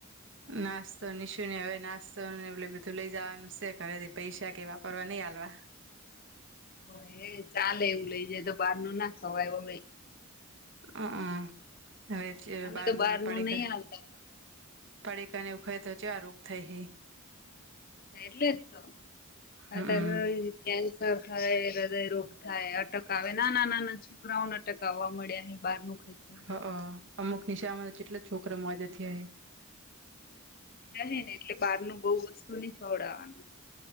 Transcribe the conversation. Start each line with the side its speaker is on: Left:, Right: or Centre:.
Right: નાસ્તો નિશુંને હવે નાસ્તો ને એટલે બધું લેઈ જવાનું છે, ઘરેથી પૈસા કે વાપરવા નઈ હાલવા.
Left: હો એ ચાલે એવું લઈ જાય તો બાર નું ના ખવાઈ ઓમેય
Right: અ અ હવે છે,
Left: અમે
Right: બારના
Left: તો બહાર
Right: પડીકા
Left: નું નહી હાલતા
Right: પડીકાને એવું ખાય તો ચેવા રોગ થાય હે
Left: એટલે જ તો
Right: હમ
Left: અતાર <inaudible> થાય હૃદય રોગ થાય અટક આવે નાના નાના છોકરાઓને અટક આવવા મળ્યા અહી બાર નું ખાઈને
Right: હ
Left: તો
Right: અ અમુક નિશામાં જેટલા છોકરા માંદા થયા હે.
Left: ને હેને એટલે બહારનું બહુ વસ્તુ નહ ખવડાવવાનું.